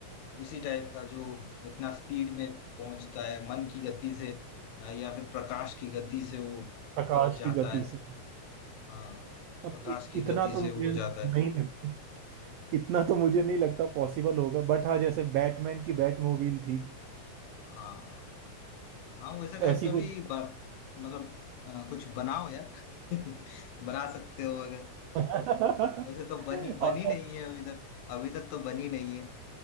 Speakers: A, on the left; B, on the right.
A: उसी टाइप का जो इतना स्पीड में पहुंचता है मन की गति से अ, या फिर प्रकाश की गति से वो
B: प्रकाश
A: अ, जाता
B: की गति
A: है
B: से
A: हाँ
B: अब
A: प्रकाश
B: इत,
A: की
B: इतना
A: गति
B: तो
A: से
B: मुझे
A: वो
B: नहीं
A: जाता है
B: लगता इतना तो मुझे नहीं लगता पॉसिबल होगा बट हाँ जैसे बैटमैन की बैटमोबाइल थी
A: हाँ हाँ वैसा टाइप
B: ऐसी
A: का
B: कुछ
A: भी ब- मतलब अ, कुछ बनाओ यार <laughs> बना सकते हो अगर
B: <laughs>
A: वैसे तो बनी
B: और
A: बनी नहीं है अभी तक अभी तक तो बनी नहीं है